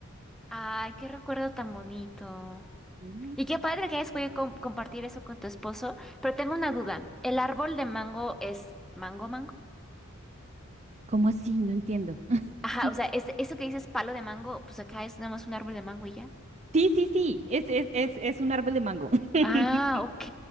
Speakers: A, in the centre; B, on the right (about 30°).
A: Ay, qué recuerdo tan bonito.
B: Mm.
A: Y qué padre que hayas podido com- compartir eso con tu esposo, pero tengo una duda. ¿El árbol de mango es mango mango?
B: ¿Cómo así? No entiendo. <laughs>
A: Ajá, o sea, es, eso que dices palo de mango, pues acá es nada más un árbol de mango y ya.
B: Sí, sí, sí, es, es, es, es un árbol de mango. <laughs>
A: Ah, ok.